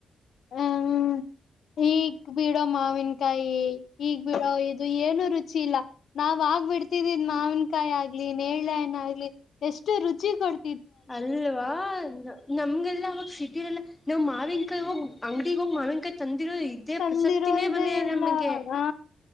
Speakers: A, on the left; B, on the left.
A: ಹ್ಮ ಹಗ ಬಿಡೋ ಮಾವಿನಕಾಯಿ ಈಗ್ ಬಿಡೋ ಇದು ಏನು ರುಚಿ ಇಲ್ಲ ನಾವ್ ಆಗ್ ಬಿಡ್ತಿದ ನ ಮಾನ್ಕಾಯಿ ಆಗ್ಲಿ ನೇನ ಆಗ್ಲಿ ಎಷ್ಟು ರುಚಿ ಕೊಡ್
B: ಅಲ್ವಾ ನಮ್ಗೆಲ್ಲಾ ಅವಾಗ ಸಿಟಿ ಎಲ್ಲ ನಾಮಾವಿನಕಾಯಿ ಹೋಗಿ ಅಂಗಡಿಗ ಹೋಗ ಮಾವಿನಕಾಯಿ ತಂದ ರು ಇದೇ
A: ತಂದಿರೋದೇ
B: ಪ್ರಸಕ್ತಿನೇ ಬಂದಿದೆ ನಮಗೆ
A: ಇಲ್ಲ ಹಾ